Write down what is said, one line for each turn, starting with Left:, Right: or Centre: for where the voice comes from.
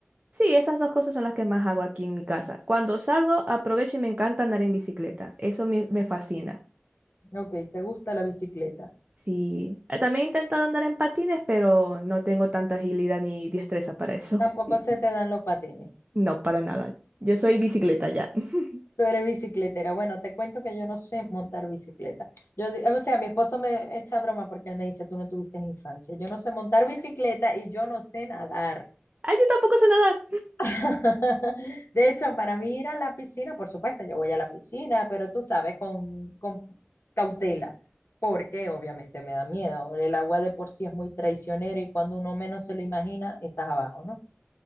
Right: Sí, esas dos cosas son las que más hago aquí en mi casa. Cuando salgo, aprovecho y me encanta andar en bicicleta. Eso me, me fascina.
Left: Ok, te gusta la bicicleta.
Right: Sí, eh, también he intentado andar en patines, pero no tengo tanta agilidad ni destreza para eso.
Left: Tampoco
Right: <laughs>
Left: se te dan los patines.
Right: No, para nada. Yo soy bicicleta ya. <laughs>
Left: Tú eres bicicletera. Bueno, te cuento que yo no sé montar bicicleta. Yo, di- o sea, mi esposo me echa broma porque él me dice, tú no tuviste infancia. Yo no sé montar bicicleta y yo no sé nadar.
Right: Ah, yo tampoco sé nadar.
Left: <laughs> De hecho, para mí ir a la piscina, por supuesto, yo voy a la piscina, pero tú sabes, con, con cautela, porque obviamente me da miedo. El agua de por sí es muy traicionera y cuando uno menos se lo imagina, estás abajo, ¿no?